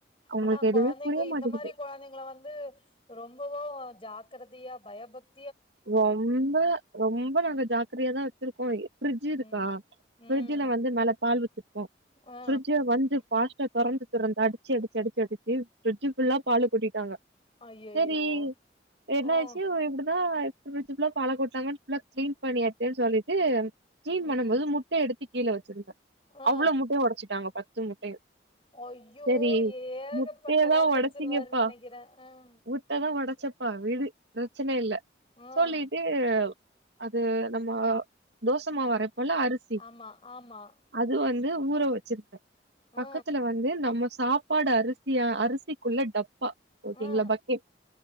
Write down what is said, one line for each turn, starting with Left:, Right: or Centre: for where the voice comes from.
Right: அவங்களுக்கு
Left: ஆனா
Right: எதுவுமே
Left: கொழந்தைங்க
Right: புரிய
Left: இந்த
Right: மாட்டேங்குது
Left: மாரி கொழந்தைங்கள வந் து ரொம்பவு ஜாக்ரதயா பயபக்
Right: ரொம்ப ரொம்ப நல்ல ஜாக் அக்கறையா தா வச்சிருக்கோ ஃப்ரிஜ் இருக்கா
Left: ம்
Right: ஃப்ரிஜ்ல
Left: ம்
Right: வந்து மேல பால் வச்சிருப்போ
Left: ஆ
Right: ஃப்ரிஜ வந்து பாஸ்டா தொறந்து தொறந்து அடிச்சு அடிச்சு அடிச்சு அடிச்சு ஃப்ரிஜு ஃபுல்லா பாலு கொட்டிட்டாங்க
Left: ஐயையோ
Right: செரி என்ன
Left: ம்
Right: ஆச்சு இப்டுதா ப்ரிஜ் ஃபுல்லா பால கொட்னாங்கன்னு ஃபுல்லா கிளீன் பண்ணியாச்சேன்னு சொல்லிட்டு கிளீன் பண்ணும்
Left: ம்
Right: போது முட்டை எடுத் து கீழ வச்சிருந்த
Left: ஆ
Right: அவ்ளோ முட்டயு ஒடச்சிட்டாங்க பத்து முட் டயு
Left: ஐயோ
Right: சேரி
Left: ஏகப்பட்ட
Right: முட்டயதா
Left: வேல
Right: ஒடச்சிங்கப்பா
Left: வச்சிருவாருன்னு நெனைக்கிறே ம்
Right: முட் டதா ஒடச்சப்பா விடு பிரச்சன இல்ல
Left: ம்
Right: சொல்லிட்டு அது நம்ம தோசமாவு அரப்போல்ல அரிசி
Left: ஆமா ஆமா
Right: அது வந்து ஊற வச்சிருப்பே
Left: ஆ
Right: பக்கத்துல வந்து நம்ம சாப் ப்பாடு அரிசியா அரிசிக்குள்ள டப்பா ஓகேங்ளா
Left: ஆ
Right: பக்கெட்